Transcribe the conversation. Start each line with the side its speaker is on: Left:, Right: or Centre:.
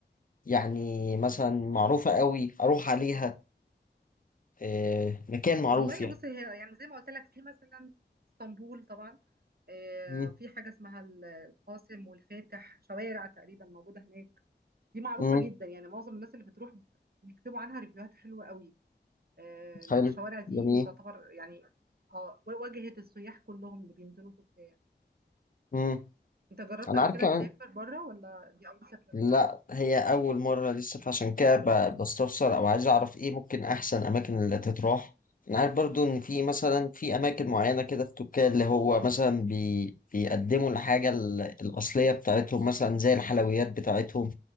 Left: يعني مثلا معروفه قوي اروح عليها إيه مكان معروف
Right: والله بص هي يعني زي ما قلت لك في مثلا اسطنبول طبعا آه،
Left: يعني
Right: في حاجة اسمها ال- القاسم والفاتح شوارع تقريبا موجودة هناك دي معروفة
Left: امم
Right: جدا يعني معظم الناس اللي بتروح بيكتبوا عنها ريفيوهات حلوة قوي آه، الشوارع
Left: حلو
Right: دي
Left: جميل
Right: تعتبر يعني اه واجهة السياح كلهم اللي بينزلوا تركيا
Left: امم
Right: انت جربت
Left: انا
Right: قبل
Left: عارف
Right: كده
Left: كمان
Right: تسافر بره ولا دي أول سفرية؟
Left: لا هي اول مره لسه فعشان كده ب- بستفسر او عايز اعرف ايه ممكن احسن اماكن اللي تتراح انا عارف برضو ان في مثلا في اماكن معينه كده في تركيا اللي هو مثلا بي بيقدموا الحاجه ال- الاصليه بتاعتهم مثلا زي الحلويات بتاعتهم